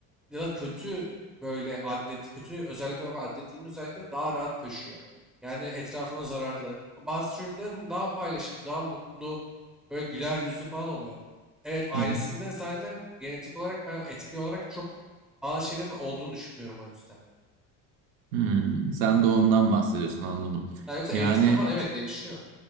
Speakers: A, in the centre; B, on the right (about 85°).
A: ya da kötü böyle adet, kötü özellik olarak addedilmiş özellikleri daha rahat taşıyor. Yani etrafına zararlı. Bazı çocukların daha paylaşım, daha mutlu, böyle güler yüzlü falan oluyor. Evet ailesinde
B: hı hı.
A: zaten genetik olarak ben etki olarak çok bazı şeylerin olduğunu düşünüyorum o yüzden.
B: Hmm, Sen doğumdan bahsediyorsun anladım.
A: Ha, yoksa
B: Yani.
A: eğitimle falan evet değişiyor.